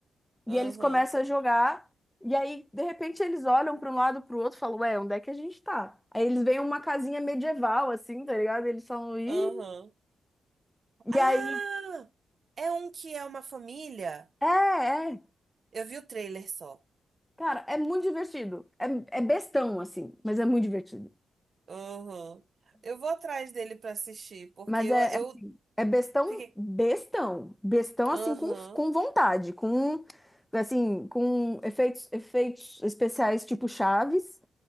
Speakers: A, in the centre; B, on the right.
A: E
B: Aham,
A: eles começam a jogar. E aí, de repente, eles olham para um lado para o outro e falam, ué, onde é que a gente tá? Aí eles veem uma casinha medieval, assim, tá ligado? Eles falam, ih...
B: aham. Ah!
A: E aí...
B: É um que é uma família?
A: É, é.
B: Eu vi o trailer só.
A: Cara, é muito divertido. É, é bestão, assim, mas é muito divertido. É
B: Aham. Eu vou atrás dele pra assistir, porque
A: Mas
B: eu,
A: é,
B: eu
A: é assim, é bestão,
B: fiquei.
A: bestão, bestão assim
B: Aham,
A: com, com vontade, com assim, com efeitos, efeitos especiais tipo Chaves,